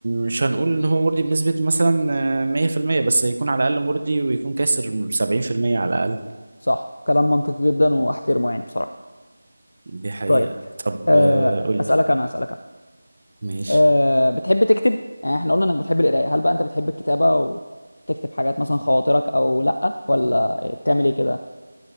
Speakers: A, on the right (about 35°); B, on the left (about 40°).
A: مش هنقول ان هو مرضي بنسبة مثلا آه، 100% بس يكون على الاقل مرضي ويكون كاسر 70% على الاقل
B: صح كلام منطقي جدا واحترمه يعني بصراحة
A: دي حقيقة
B: طيب
A: طب
B: آه،
A: آه، قول لي
B: اسألك انا اسألك انا
A: ماشي
B: أه بتحب تكتب يعني احنا قلنا انك بتحب القراية هل بقى انت بتحب الكتابة وتكتب حاجات مثلا خواطرك او لا ولا بتعمل ايه كده